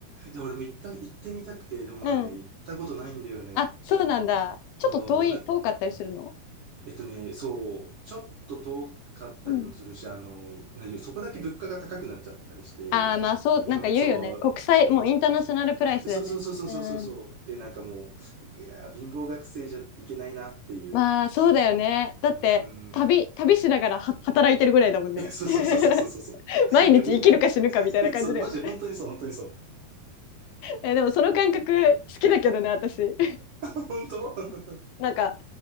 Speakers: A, on the right (about 85°); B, on the left (about 75°).
A: で、俺も行った、行ってみたくて、でもまだね、
B: うん。
A: 行ったことないんだよね。
B: あ、そうなんだ。ちょっと遠い、
A: そう、な、
B: 遠かったりするの
A: えっとね、そう、ちょっと遠かったりもするし、
B: うん。
A: あの、なそこだけ物価が高くなっちゃってたりして、
B: ああ、まあそう、
A: 今、
B: なんか言うよね。
A: そう、
B: 国際、もうインターナショナルプライスだよね。
A: 今そうそうそうそうそうそうそう。
B: うん。
A: で、なんかもう、いやー、貧乏学生じゃいけないなっていう。
B: まあそうだよね。だって、
A: うー
B: 旅、
A: ん。
B: 旅しながらは働いてるぐらいだもんね。
A: <laughs> いやそうそうそうそうそうそ
B: <laughs> 毎日生きるか死ぬかみたいな感じだよね。
A: う。だからみんなに、<laughs> そう、マジ、本当にそう、本当にそう。
B: え、でもその感覚好きだけどね、私。
A: <laughs> 本当 <laughs>
B: <laughs> なんか、